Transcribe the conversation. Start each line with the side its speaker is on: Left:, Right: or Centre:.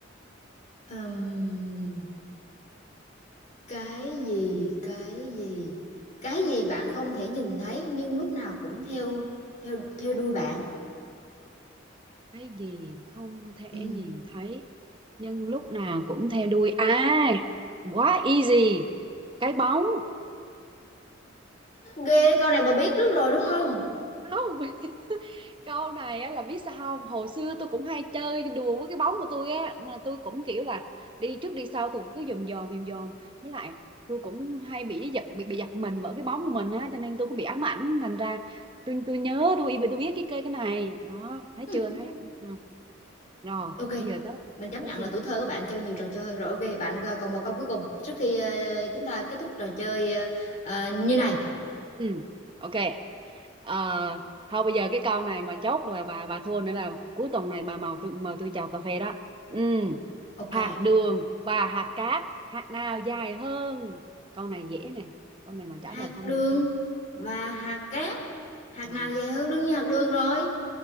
Left: um, cái gì cái gì cái gì bạn không thể nhìn thấy nhưng lúc nào cũng theo theo theo đuôi bạn
Right: cái gì không thể
Left: ừ
Right: nhìn thấy nhưng lúc nào cũng theo đuôi à quá easy cái bóng
Left: Ghê, câu này bà biết trước rồi đúng không?
Right: không câu này á là biết sao không hồi xưa tôi cũng hay chơi đùa với cái bóng của tôi á mà tôi cũng kiểu là đi trước đi sau tôi cũng cứ dòm dòm dòm dòm với lại tôi cũng hay bị giật bị bị giật mình vỡ cái bóng của mình á cho nên tôi cũng bị ám ảnh thành ra tôi tôi nhớ tôi tôi biết cái cây cái này đó thấy
Left: Hừm,
Right: chưa thấy không rồi
Left: ok,
Right: bây giờ tới
Left: mình chấp
Right: tới
Left: nhận
Right: phiên
Left: là tuổi
Right: tôi
Left: thơ của bạn chơi nhiều trò chơi hơn. Rồi ok, bạn ờ, còn một câu cuối cùng trước khi ờ, chúng ta kết thúc trò chơi ờ, ờ, như này.
Right: ừ ok Ờ, thôi bây giờ cái câu này mà chốt rồi bà bà thua nữa là cuối tuần này bà mời tôi mời tôi chào cà phê đó ừ.
Left: Ok,
Right: hạt đường và hạt cát hạt nào dài hơn câu này dễ nè câu này mà trả
Left: hạt
Right: lời không
Left: đường
Right: được nữa.
Left: và hạt cát. Hạt
Right: ừ.
Left: nào dài hơn? Đương nhiên hạt đường rồi.